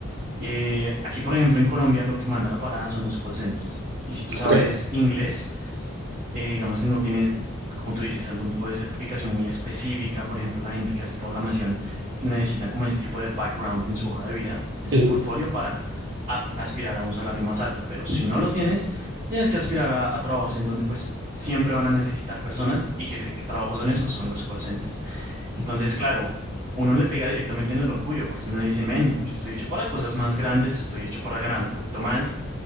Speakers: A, on the right; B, on the right.
A: Eh, aquí, por ejemplo, en Colombia, lo que manda la parada son los call centers. Y si tú sabes
B: ok,
A: inglés, eh, digamos, si no tienes, como tú dices, algún tipo de certificación muy específica, por ejemplo, la gente que hace programación pues, necesitan como ese tipo de background en su hoja de vida, en su
B: sí, sí,
A: portfolio, para a- aspirar a un salario más alto. Pero si no lo tienes, tienes que aspirar a, a trabajos en donde pues siempre van a necesitar personas y que, que trabajos son esos, son los call centers. Entonces, claro, uno le pega directamente en el orgullo porque uno dice, men, yo estoy hecho para cosas más grandes, estoy hecho para ganar un poquito más.